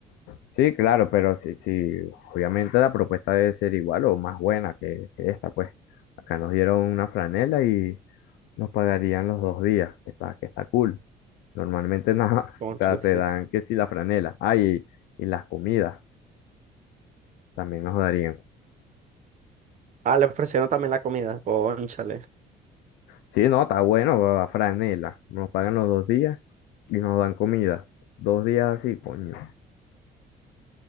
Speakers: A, on the left; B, on the right.
A: Sí, claro, pero sí, sí, obviamente la propuesta debe ser igual o más buena que, que esta, pues. Acá nos dieron una franela y nos pagarían los dos días, que está, que está cool. Normalmente nada, <laughs>
B: cónchale,
A: o sea, te
B: sí.
A: dan que si la franela. Ah, y, y las comidas también nos darían.
B: Ah, le ofrecieron también la comida, cónchale.
A: Sí, no, está bueno, va, franela. Nos pagan los dos días y nos dan comida. Dos días así, coño,